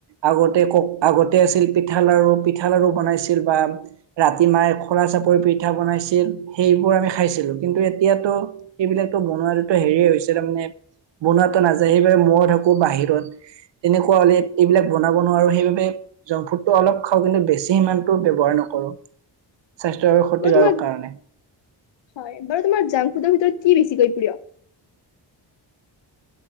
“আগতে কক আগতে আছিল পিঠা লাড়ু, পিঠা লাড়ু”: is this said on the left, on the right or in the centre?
Right